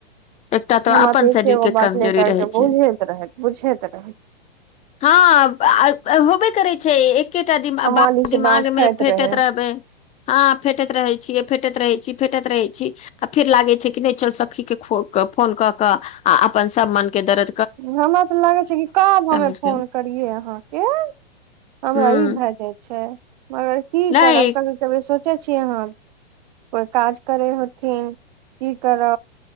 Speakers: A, on the left (about 20°); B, on the right (about 45°).
A: एकटा तऽ
B: हमरा
A: अपन
B: एकेगो
A: शरीर के
B: बात
A: कमजोरी
B: ले करके
A: रहै छ
B: बुझैत रहे बुझैत रहे
A: हँ होबे करै छ एकेटा दि
B: आ मालिक से
A: दिमाग
B: डाँट खाइत
A: मे फेटैत
B: रहे
A: रहबै हँ फेटैत रहै छिय फेटैंत रहय छी फेटैंत रहय छ आ फेर लागय छै कि नहि चल सखी के खो फोन कऽ कऽ आ अपन सभ मन के दर
B: हमरा तऽ लागय छै कि कब हमे
A: भेल
B: फोन करियै अहाँक हमरा
A: हूँ
B: ई भए जाइ छै मगर की
A: नहि
B: करब कभी कभी सोचै छियै आहा कोइ काज करै होथिन कि कर